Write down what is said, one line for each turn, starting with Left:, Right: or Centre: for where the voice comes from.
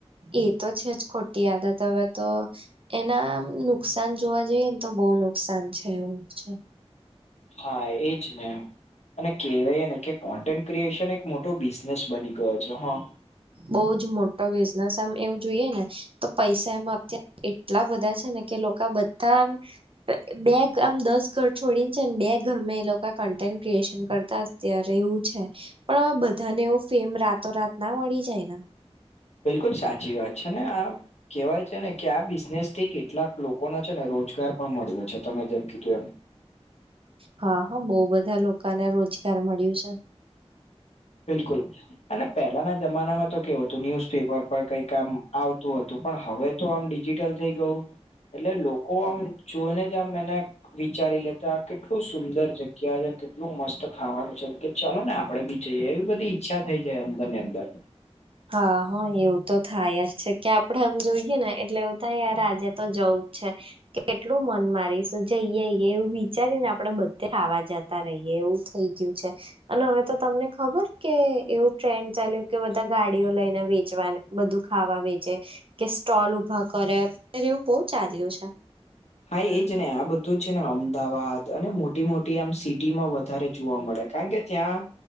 Right: એ તો છે જ ખોટી આદત હવે તો એના નુકસાન જોવા જઈએ ને તો બહુ નુકસાન છે એવું છે
Left: હા એજ ને અને કહેવાય ને કે કોન્ટેન્ટ ક્રિએશન એક મોટો બિઝનેસ બની ગયો છે હા
Right: બઉ જ મોટો બિઝનેસ આમ એવું જોઈએ ને તો પૈસા એમાં અત એટલા બધા છે ને કે લોકો બધા બે આમ દસ ઘર છોડીને છે ને બે ઘર માં એ લોકો કન્ટેન્ટ ક્રિએશન કરતા અત્યારે એવું છે પણ હવે બધાને એવું ફેમ રાતોરાત ના મળી જાય ને
Left: બિલકુલ સાચી વાત છે ને આ કેવાય છે ને કે આ બિઝનેસ થી કેટલાક લોકોને છે ને રોજગાર પણ મળ્યો છે તમે જેમ કીધું એમ
Right: હા હા બહ બધા લોકોને રોજગાર મળ્યું છે
Left: બિલકુલ અને પહેલાના જમાનામાં તો કેવું હતું ન્યુઝપેપર પર કઈક કામ આવતું હતું તું પણ હવે તો આમ ડિજિટલ થઈ ગયું એટલે લોકો આમ જોઈને જ આમ એને વિચારી લેતા કેટલું સુંદર જગ્યા છે કેટલું મસ્ત ખાવાનું છે કે ચાલો ને આપડે બી એવી બધી ઈચ્છા થઈ જાય અંદર ની અંદર
Right: હા હા એવું તો થાય જ છે કે આપડે આમ જોઈએ ને એટલે એવું ત યાર આજે તો જવું જ છે કેટલું મન મારીશ જઈએ એવું વિચારીને આપડે બધે આવા જતા રહીએ એવું થઈ ગયું છે અને હવે તો તમને ખબર કે એવું ટ્રેન્ડ ચાલ્યું કે બધા ગાડીઓ લઈને વેચવા બધું ખાવા વેચે કે સ્ટોલ ઉપર ઉભા કરે અત્યારે એવું બહુ ચાલ્યું છે
Left: હા એજ ને આ બધું છે ને અમદાવાદ અને મોટી મોટી આમ સિટીમાં વધારે જોવા મળે કારણ કે ત્યાં